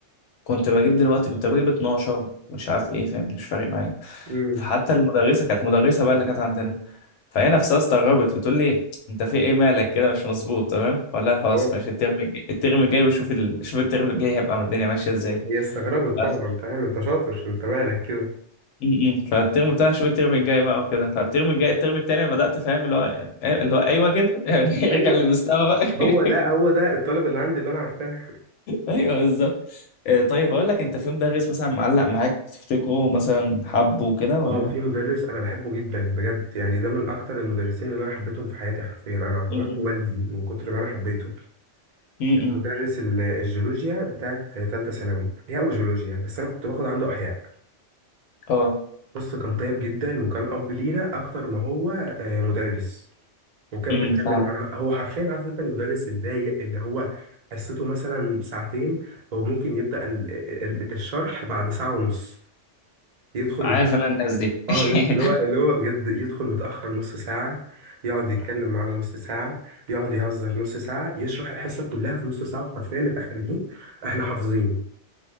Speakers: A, on the left; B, on the right.
A: كنت بجيب دلوقتي كنت بجيب 12 مش عارف ايه فاهم مش فارق معايا
B: امم
A: فحتى المدرسه كانت مدرسه بقى اللي كانت عندنا فهي نفسها استغربت بتقول لي انت في ايه مالك كده مش مظبوط تمام فلا خلاص
B: هو-
A: ماشي الترم الجاي الترم الجاي وشوف ال... شوف الترم الجاي هيبقى الدنيا ماشيه ازاي
B: هي استغربت
A: بس.
B: طبعا فاهم انت شاطر انت مالك كده
A: م- م. فالترم بتاع شوف الترم الجاي بقى وكده فالترم الجاي الترم التاني بدأت فاهم اللي هو إيه، اللي هو ايوه كده <laughs> يعني
B: ايوه
A: ارجع للمستوى بقى <laughs>
B: هو ده هو ده الطالب اللي عندي اللي انا عارفاه
A: ايوه بالظبط آه، طيب اقول لك انت في يوم دغس مثلا معلق معاك تفتكره مثلا حبه كده ولا
B: اه في مدرس انا بحبه جدا بجد يعني ده من اكتر المدرسين اللي انا حبيتهم في حياتي حرفيا انا اعتبرته
A: م-م.
B: والدي من كتر ما انا حبيته
A: م-م.
B: كان مدرس ال- الجيولوجيا بتاعت تالتة ثانوي احياء وجيولوجيا بس انا كنت باخد عنده احياء
A: اه
B: بص كان طيب جدا وكان اب لينا اكتر ما هو آه، مدرس وكان
A: امم
B: بيتكلم
A: فاهم
B: معانا هو حرفيا عارف انت المدرس الضايق اللي هو حصته مثلا ساعتين هو ممكن يبدأ ال- ال- الشرح بعد ساعة ونص يدخل
A: عارف انا الناس دي
B: اه
A: <laughs>
B: يف- اللي هو اللي هو بجد يدخل متأخر نص ساعة يقعد يتكلم معانا نص ساعة يقعد يهزر نص ساعة يشرح الحصة كلها في نص ساعة وحرفيا نبقى خارجين احنا حافظين